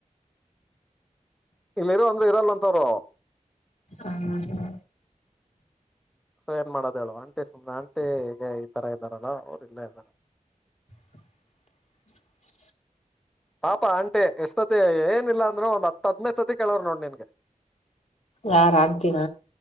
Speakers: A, in the centre; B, on the left.
A: ಇಲ್ಲಿ ಇರೋ ಅಂದ್ರ ಇರಲ್ಲ ಅಂತವರು
B: ಆ ಹ
A: ಸೊ ಏನ್ ಮಾಡೋದ ಹೇಳು ಆಂಟಿ ಸುಮ್ನೆ ಆಂಟಿ ಹೀಗೆ ಈ ತರ ಇದ್ದಾರಲ್ಲ ಅವರು ಇಲ್ಲೇ ಇದ್ದಾರೆ
B: <inaudible>
A: ಪಾಪ ಅಂಟೆ ಎಷ್ಟ್ ಸತಿ ಏನಿಲ್ಲಾ ಅಂದ್ರೆ ಒಂದ್ ಹತ್ ಹದನೇ ಸತಿ ಕೇಳವ್ರ ನೋಡ್ ನಿನ್ಗೆ
B: ಯಾರ ಆಂಟಿನ